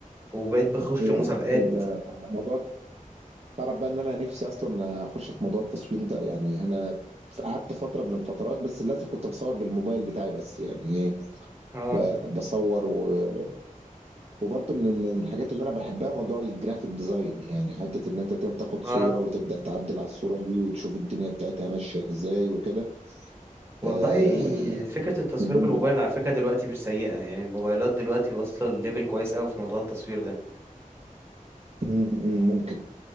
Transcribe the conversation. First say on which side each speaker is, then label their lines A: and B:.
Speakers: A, on the right; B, on the right.
A: وبقيت بخش
B: إيه
A: مسابقات
B: ده موضوع تعرف بقى ان انا نفسي اصلا اخش في موضوع التصوير ده يعني انا قعدت فتره من الفترات بس للاسف كنت بصور بالموبايل بتاعي بس يعني ايه
A: اه
B: ب- بصور و... وبرضه من ال- الحاجات اللي انا بحبها موضوع الجرافيك ديزاين يعني حته ان انت تاخد
A: اه
B: صوره وتبدا تعدل على الصوره دي وتشوف الدنيا بتاعتها ماشيه ازاي وكده
A: والله
B: آه...
A: فكره التصوير
B: من ضمن-
A: بالموبايل على فكره دلوقتي مش سيئه يعني الموبايلات دلوقتي واصله لليفل كويس قوي في موضوع التصوير ده
B: م- م- ممكن